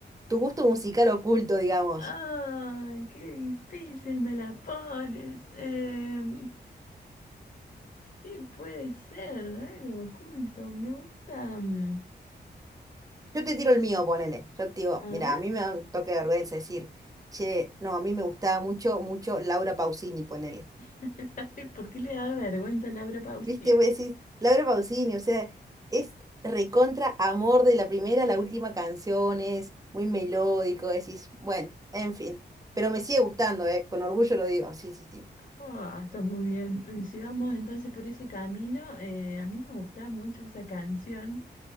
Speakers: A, on the right; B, on the left.
A: Tu gusto musical oculto, digamos.
B: ¡Ay, qué difícil me la pones! Em, ¿qué puede ser? Algo oculto. Me gusta. mm,
A: Yo te tiro el mío, ponele. Yo te digo,
B: A
A: mira,
B: ver,
A: a mí me da un toque de vergüenza decir, che, no, a mí me gustaba mucho, mucho Laura Pausini, ponele.
B: <laughs> ay, ¿por qué le da vergüenza a Laura Pausini?
A: ¿Viste? Vos decís, Laura Pausini, o sea, es recontra amor de la primera a la última canción, es muy melódico, decís, bueno, en fin. Pero me sigue gustando, ¿eh? Con orgullo lo digo, sí, sí, sí.
B: Ah, está muy bien. Y Si vamos entonces por ese camino, eh, a mí me gustaba mucho esa canción